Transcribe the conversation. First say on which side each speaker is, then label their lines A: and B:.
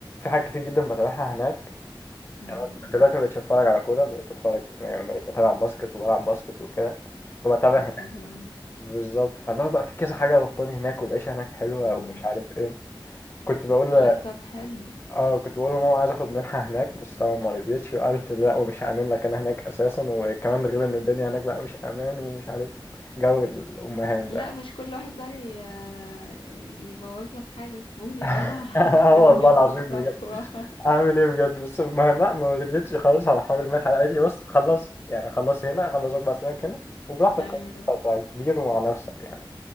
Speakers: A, on the left; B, on the left.
A: حاجات كتير جدا بتابعها هناك
B: ايوه
A: يعني أنا دلوقتي ما بقتش اتفرج على كوره بقيت بتفرج يعني بقيت بتابع باسكت وبلعب باسكت وكده فبتابع
B: طب
A: هناك
B: حلو اوي
A: بالظبط فاللي هو بقى في كذا حاجه ربطاني هناك والعيشه هناك حلوه
B: مم.
A: ومش عارف ايه كنت بقول
B: لا
A: ل-
B: طب حلو
A: اه كنت بقول لماما عايز اخد منحه هناك بس طبعا ما رضيتش وقالت لا ومش هامن لك انا هناك اساسا وكمان غير ان الدنيا هناك بقى مش امان ومش عارف جو الامهات
B: لا
A: ده
B: مش كل واحد بقى ي- يبوظ لك حاجة سيبوني
A: <laughs>
B: يا جماعة
A: اه
B: <laughs> سيبوني
A: والله
B: اخد
A: العظيم
B: خطوة
A: عامل ايه بجد بس ما ما ما ردتش خالص على حوار المنحة قالت لي بص خلص يعني خلص هنا خلص أربع سنين هنا وبراحتك
B: ايوه
A: هتبقى كبير ومع نفسك يعني